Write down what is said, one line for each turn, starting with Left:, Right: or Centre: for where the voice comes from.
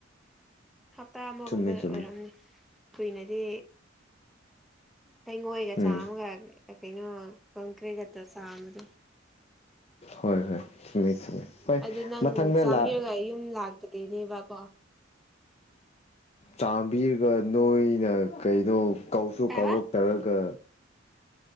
Centre: ꯍꯞꯇꯥ ꯑꯃꯒꯨꯝꯕ
Left: ꯆꯨꯝꯃꯦ
Centre: ꯑꯣꯏꯔꯝꯃꯤ
Left: ꯆꯨꯝꯃꯦ
Centre: ꯀꯨꯏꯅꯗꯤ ꯇꯉꯣꯏꯒ
Left: ꯎꯝ
Centre: ꯆꯥꯝꯃꯒ ꯀꯩꯅꯣ ꯀꯪꯀ꯭ꯔꯔꯤꯒ ꯆꯥꯃꯗ
Left: ꯍꯣꯏ ꯍꯣꯏ ꯁꯤꯃꯦꯁꯤꯃꯦ ꯍꯣꯏ
Centre: ꯑꯗꯨ ꯅꯪ
Left: ꯃꯊꯪꯗ
Centre: ꯆꯥꯝꯕꯤꯔꯒ
Left: ꯂꯥꯛ
Centre: ꯌꯨꯝ ꯂꯥꯛꯇ꯭ꯔꯤꯅꯦꯕꯀꯣ
Left: ꯆꯥꯕꯤꯔꯒ ꯅꯣꯏꯅ ꯀꯩꯅꯣ ꯀꯧꯁꯨ
Centre: ꯀꯩꯕ
Left: ꯀꯧꯔꯛꯇꯔꯒ